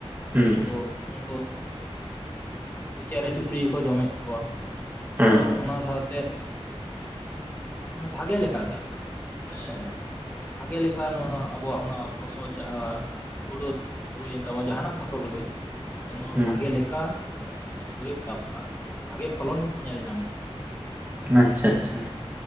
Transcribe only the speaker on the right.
ᱦᱮᱸ
ᱦᱮᱸ
ᱦᱩᱸ
ᱟᱪᱪᱷᱟ ᱻ ᱟᱪᱪᱷᱟ